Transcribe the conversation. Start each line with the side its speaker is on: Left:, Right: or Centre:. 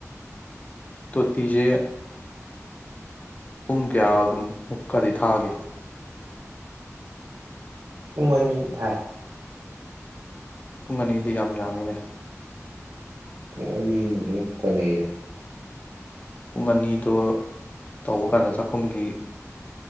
Left: ꯇꯣ ꯇꯤꯖꯦ ꯄꯨꯡ ꯀꯌꯥꯒꯨꯝꯃꯨꯛꯀꯗꯤ ꯊꯥꯒꯦ
Right: ꯄꯨꯡ ꯑꯅꯤ ꯊꯥꯏ
Left: ꯄꯨꯡ ꯑꯅꯤꯗꯤ ꯌꯥꯝ ꯌꯥꯝꯃꯤꯅꯦ
Right: ꯄꯨꯡ ꯑꯅꯤꯅ ꯑꯗꯨꯝ ꯀꯣꯟꯅꯩꯔꯦ
Left: ꯄꯨꯡ ꯑꯅꯤꯗꯣ ꯇꯧꯕ ꯀꯥꯟꯗ ꯆꯥꯛꯈꯨꯝꯒꯤ